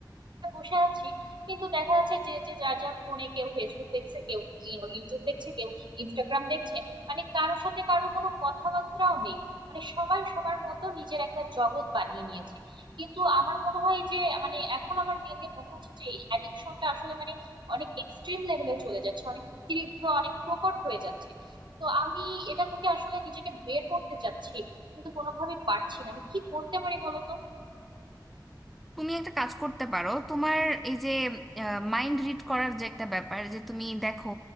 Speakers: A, on the right; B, in the centre.
A: বসে আছি কিন্তু দেখা যাচ্ছে যে যে যার যার ফোনে কেউ ফেসবুক দেখছে কেউ ই- ইউটিউব দেখছে কেউ ইনস্টাগ্রাম দেখছে মানে কারোর সাথে কারো কোনো কথাবার্তাও নেই মানে সবাই সবার মতো নিজের একটা জগৎ বানিয়ে নিয়েছে কিন্তু আমার মনে হয় যে মানে এখন আমার দিন দিন মনে হচ্ছে যে এই অ্যাডিকশনটা আসলে মানে অনেক এক্সট্রিম লেভেলে চলে যাচ্ছে অনেক তীব্র অনেক প্রকট হয়ে যাচ্ছে তো আমি এটা থেকে আসলে নিজেকে বের করতে চাচ্ছি কিন্তু কোনোভাবে পারছি না আমি কি করতে পারি বলতো
B: তুমি একটা কাজ করতে পারো তোমার এই যে মাইন্ড রিড করার যে একটা ব্যাপার যে তুমি দেখো